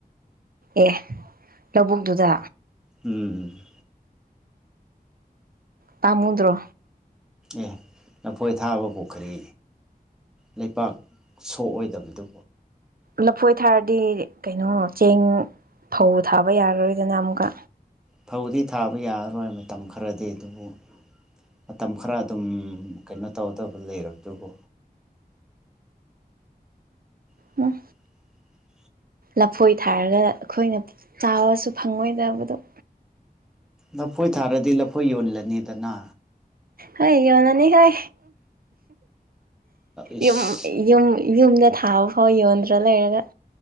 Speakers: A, on the right; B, in the centre.
A: ꯑꯦ ꯂꯧꯕꯨꯛꯇꯨꯗ
B: ꯎꯝ
A: ꯇꯃꯨꯗ꯭ꯔꯣ
B: ꯑꯦ ꯂꯐꯣꯏ ꯊꯥꯕꯕꯨ ꯈꯔꯤ ꯂꯩꯄꯥꯛ ꯁꯣꯛꯑꯣꯏꯗꯕꯗꯨ
A: ꯂꯐꯣꯏ ꯊꯥꯔꯗꯤ ꯀꯩꯅꯣ ꯆꯦꯡ ꯐꯧ ꯊꯥꯕ ꯌꯥꯔꯔꯣꯏꯗꯅ ꯑꯃꯨꯛꯀ
B: ꯐꯧꯗꯤ ꯊꯥꯕ ꯌꯥꯔꯔꯣꯏ ꯃꯇꯝ ꯈꯔꯗꯤ ꯑꯗꯨꯕꯨ ꯃꯇꯝ ꯈꯔ ꯑꯗꯨꯝ ꯀꯩꯅꯣ ꯇꯧꯗꯕ ꯂꯩꯔꯕꯗꯨꯕꯨ <inaudible>
A: ꯎꯝ ꯂꯐꯣꯏ ꯊꯥꯔꯒ ꯑꯩꯈꯣꯏꯅ ꯆꯥꯕꯁꯨ ꯐꯪꯉꯣꯏꯗꯕꯗꯣ
B: ꯂꯐꯣꯏ ꯊꯥꯔꯗꯤ ꯂꯐꯣꯏ ꯌꯣꯜꯂꯅꯤꯗꯅ
A: ꯍꯦ ꯌꯔꯅꯤ ꯍꯥꯏ
B: ꯏꯁ
A: ꯌꯨꯝ ꯌꯨꯝ ꯌꯨꯝꯗ ꯊꯥꯕ ꯐꯥꯎ ꯌꯣꯟꯗ꯭ꯔ ꯂꯩꯔꯒ